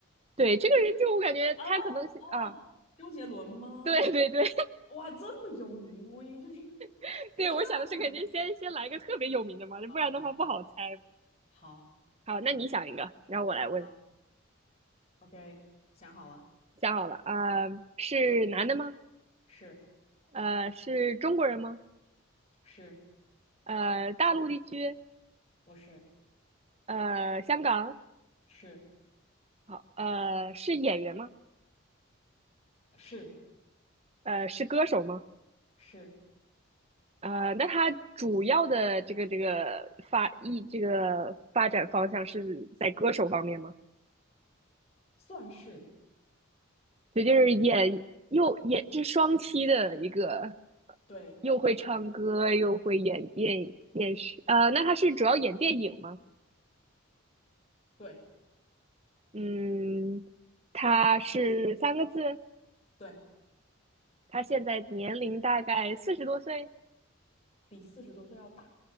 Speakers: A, on the right (about 30°); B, on the left (about 30°).
A: 对这个人就我感觉他可能是啊，
B: 啊哦，周杰伦吗？
A: 对对对
B: 哇，这么有名，我也就是
A: <laughs> 对，
B: 这么有名。
A: 我想的是肯定先先来一个特别有名的嘛，
B: 嗯，好好好好
A: 不然的话不好猜嘛。
B: 好
A: 好，那你想一个，然后我来问。
B: 好好，OK，想好了，
A: 想好了啊，是男的吗？
B: 是
A: 呃，是中国人吗？
B: 是
A: 呃，大陆地区，
B: 不是
A: 呃，香港，
B: 是
A: 好，呃，是演员吗？
B: 是
A: 呃，是歌手吗？
B: 是，
A: 呃，那他主要的这个这个发艺这个发展方向是在歌手方面吗？
B: 算是
A: 对，就是演又演这双栖的一个，
B: 对
A: 又会唱歌又会演电电视，呃，那他是主要演电影吗？
B: 对
A: 嗯，他是三个字，
B: 对，
A: 他现在年龄大概四十多岁。
B: 比四十多岁要大，